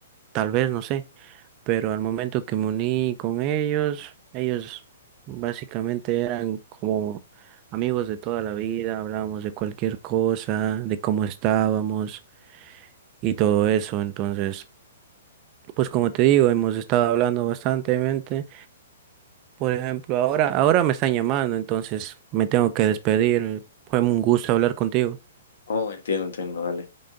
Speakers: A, on the right (about 25°); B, on the left (about 75°).
A: tal vez, no sé pero al momento que me uní con ellos, ellos básicamente eran como amigos de toda la vida, hablábamos de cualquier cosa, de cómo estábamos y todo eso. Entonces, pues como te digo, hemos estado hablando bastantemente. Por ejemplo, ahora, ahora me están llamando, entonces me tengo que despedir. Fue un gusto hablar contigo.
B: Oh, entiendo, entiendo, vale.